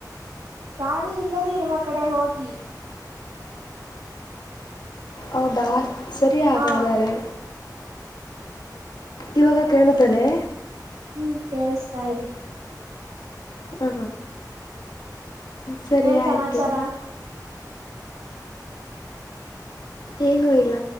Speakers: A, on the right; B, on the left.
A: ಗಾಳಿ ಇಲ್ಲದೆೇ ಇರುವ ಕಡೆ ಹೋಗಿ.
B: ಹೌದಾ ಸರಿ ಹಾಗಾದರೆ.
A: ಹಾ
B: ಇವಾಗ ಕೇಳುತ್ತದೆಯೇ?
A: ಹ್ಮ್ ಕೇಳಿಸ್ತಾ ಇದೆ.
B: ಹಾ ಸರಿ
A: ಏನ್
B: ಆಯ್ತು.
A: ಸಮಾಚಾರ
B: ಏನು ಇಲ್ಲ